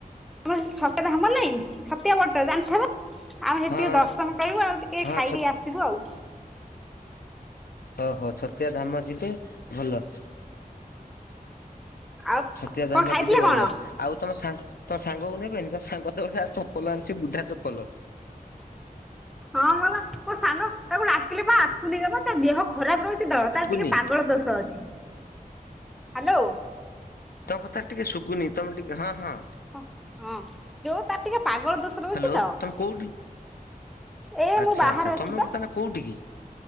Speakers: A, in the centre; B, on the left.
A: ହୁଁ <unintelligible> ହବନାହିଁ। ଛତିଆ ଭଟ ଜାଣିଥବ। ଆମେ ସେଠି
B: ହଁ
A: ଟିକେ ଦର୍ଶନ କରିବୁ, ଆଉ ଟିକେ
B: ହଁ
A: ଖାଇକି
B: ହଁ
A: ଆସିବୁ ଆଉ।
B: ଓ ହୋ ଛତିଆ ଧାମ ଯିବେ ଭଲ।
A: ଆଉ
B: ଛତିଆ ଧାମ
A: କଣ ଖାଇଥିଲେ
B: ଯିବେ ଭଲ।
A: କଣ?
B: ଆଉ ତମ ସାଙ୍ଗ ତମ ସାଙ୍ଗକୁ ନେବେନି? ତମ ସାଙ୍ଗ ତ ଗୋଟେ ଚପଲ ଆଣିଚି ବୁଢା ଚପଲ।
A: ହଁ ବା, ମୋ ସାଙ୍ଗ ତାକୁ ଡାକିଲେ ବା ଆସୁନି ଜମା। ତା ଦେହ ଖରାପ ରହୁଚି। ଚି ତ ତାର
B: ଶୁଭୁନି
A: ଟିକେ ପାଗଳ ଦୋଷ ଅଛି। ହାଲୋ।
B: ତମ କଥା ଟିକେ ଶୁଭୁନି। ତମେ ଟିକେ ହଁ ହଁ।
A: ହ ହଁ ଯୋଉ ତାର ଟିକେ ପାଗଳ ଦୋଷ ରହୁଛି
B: ହାଲୋ
A: ତ
B: ତମେ କୋଉଠି
A: ଏ
B: ଆଚ୍ଛା
A: ମୁଁ ବାହାରେ
B: ଆଚ୍ଛା
A: ଅଛି
B: ତମେ
A: ପା।
B: ବର୍ତ୍ତମାନ କୋଉଠି କି?